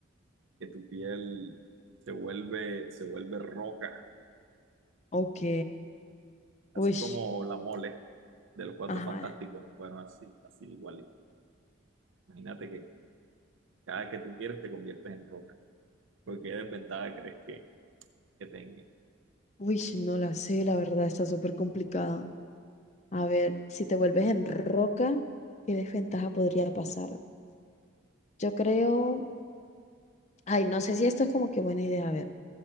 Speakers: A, on the right; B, on the left.
A: que tu piel se vuelve, se vuelve roca,
B: Ok.
A: así
B: Uy,
A: como la mole de los Cuatro
B: ajá.
A: Fantásticos. Bueno, así, así igualito. Imagínate que cada que tú quieres te conviertes en roca. Porque qué desventaja crees que, que tenga?
B: Uy, no la sé, la verdad, está súper complicada. A ver, si te vuelves en roca, ¿qué desventaja podría pasar? Yo creo, ay, no sé si esto es como que buena idea, a ver.